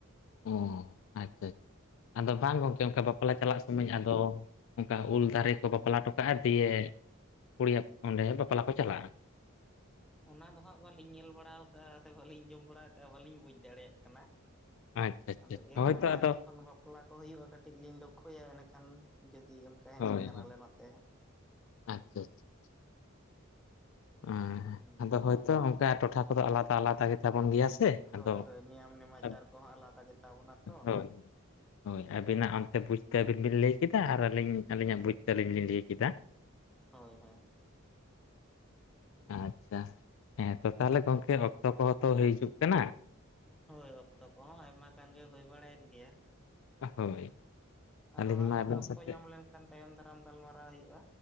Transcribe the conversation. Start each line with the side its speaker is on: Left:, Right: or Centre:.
Left: ᱚ ᱟᱪᱪᱷᱟ ᱟᱪᱪᱷᱟ ᱟᱫᱚ ᱵᱟᱝ ᱜᱚᱝᱠᱮ ᱚᱱᱠᱟ ᱵᱟᱯᱞᱟ ᱪᱟᱞᱟᱜ ᱥᱚᱢᱚᱭ ᱟᱫᱚ, ᱚᱱᱠᱟ ᱩᱞ ᱫᱟᱨᱮ ᱠᱚ ᱵᱟᱯᱞᱟ ᱦᱚᱴᱚ ᱠᱟᱜᱼᱟ ᱫᱤᱭᱮ ᱠᱩᱲᱤ ᱚᱸᱰᱮ ᱵᱟᱯᱞᱟ ᱠᱚ ᱪᱟᱞᱟᱜᱼᱟ᱾
Centre: ᱚᱱᱟ ᱫᱚ ᱦᱟᱸᱜ ᱵᱟᱹᱞᱤᱧ ᱧᱮᱞ ᱵᱟᱲᱟ ᱟᱠᱟᱜᱼᱟ ᱥᱮ ᱵᱟᱹᱞᱤᱧ ᱟᱡᱚᱢ ᱵᱟᱲᱟ ᱟᱠᱟᱜᱼᱟ ᱵᱟᱹᱞᱤᱧ ᱵᱩᱡ ᱫᱟᱲᱮᱭᱟᱜ ᱠᱟᱱᱟ᱾
Left: ᱟᱪᱪᱷᱟ ᱟᱪᱪᱷᱟ
Centre: ᱟᱫᱚ
Left: ᱟᱪᱪᱷᱟ
Centre: ᱮᱨᱯᱚᱨᱮ
Left: ᱦᱳᱭᱛᱚ
Centre: ᱦᱟᱸᱜ
Left: ᱟᱫᱚ
Centre: ᱡᱚᱠᱷᱚᱱ ᱵᱟᱯ ᱵᱟᱯᱞᱟ ᱠᱚ ᱦᱩᱭᱩᱜᱼᱟ ᱠᱟᱹᱴᱤᱡ ᱞᱤᱧ ᱞᱚᱠᱷᱚᱭᱟ ᱮᱸᱰᱮᱠᱷᱟᱱ ᱡᱩᱫᱤ ᱚᱱᱠᱟ ᱦᱮᱱᱟᱜ
Left: ᱦᱳᱭ
Centre: ᱠᱷᱟᱱ
Left: ᱦᱳᱭ
Centre: ᱟᱞᱮ ᱱᱚᱛᱮ ᱦᱚᱸ,
Left: ᱟᱪᱪᱷᱟ ᱟᱪᱷᱟ᱾ ᱦᱮᱸ
Centre: ᱦᱚᱸ
Left: ᱟᱫᱚ ᱦᱳᱭᱛᱚ ᱚᱱᱠᱟ ᱴᱚᱴᱷᱟ ᱠᱚᱫᱚ ᱟᱞᱟᱫᱟ ᱟᱞᱟᱫᱟ ᱜᱮᱛᱟᱵᱚᱱ ᱜᱮᱭᱟ, ᱥᱮ
Centre: ᱦᱳᱭ
Left: ᱟᱫᱚ
Centre: ᱦᱳᱭ ᱱᱤᱭᱟᱢ ᱱᱮᱢᱟᱪᱟᱨ
Left: ᱟᱵ-
Centre: ᱠᱚᱦᱚᱸ ᱟᱞᱟᱫᱟ ᱜᱮᱛᱟ ᱵᱚᱱᱟ ᱛᱚ᱾
Left: ᱦᱳᱭ ᱦᱳᱭ ᱟᱹᱵᱤᱱᱟᱜ ᱚᱱᱛᱮ ᱵᱩᱡᱽᱛᱮ ᱟᱹᱵᱤᱱ ᱵᱤᱱ ᱞᱟᱹᱭ ᱠᱮᱫᱟ ᱟᱨ ᱟᱹᱞᱤᱧ ᱟᱹᱞᱤᱧᱟᱜ ᱵᱩᱡᱽᱛᱮ ᱟᱹᱞᱤᱧ ᱞᱤᱧ ᱞᱟᱹᱭ ᱠᱮᱫᱟ᱾
Centre: ᱦᱳᱭ ᱦᱮᱸ
Left: ᱟᱪᱪᱷᱟ ᱦᱮᱸ ᱛᱚ ᱛᱟᱦᱚᱞᱮ ᱜᱚᱝᱠᱮ ᱚᱠᱛᱚ ᱠᱚᱦᱚᱸ ᱛᱚ ᱦᱩᱭ ᱦᱤᱡᱩᱜ ᱠᱟᱱᱟ᱾
Centre: ᱦᱳᱭ ᱚᱠᱛᱚ ᱠᱚᱦᱚᱸ ᱟᱭᱢᱟ ᱜᱟᱱ ᱜᱮ ᱦᱩᱭ ᱵᱟᱲᱟᱭᱮᱱ ᱜᱮᱭᱟ᱾
Left: ᱦᱳᱭ ᱟᱹᱞᱤᱧ
Centre: ᱟᱨᱚ ᱦᱟᱸᱜ
Left: ᱢᱟ
Centre: ᱚᱱᱠᱟ
Left: ᱟᱵᱮᱱ
Centre: ᱚᱠᱛᱚ
Left: ᱥᱟᱛᱮ
Centre: ᱧᱟᱢ ᱞᱮᱱᱠᱷᱟᱱ ᱛᱟᱭᱚᱢ ᱫᱟᱨᱟᱢ ᱜᱟᱞᱢᱟᱨᱟᱣ ᱦᱩᱭᱩᱜᱼᱟ᱾